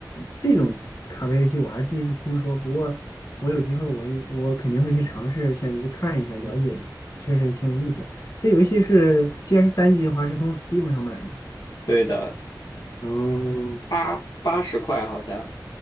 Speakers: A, on the left (about 50°); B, on the left (about 65°).
A: 这种卡牌游戏我还是第一次听说，不过我有机会我也我肯定会去尝试，想去看一下了解一下，确实挺有意思。这游戏是既然是单机的话，是从 Steam 上买吗？
B: 对的，
A: 哦，
B: 八八十块好像。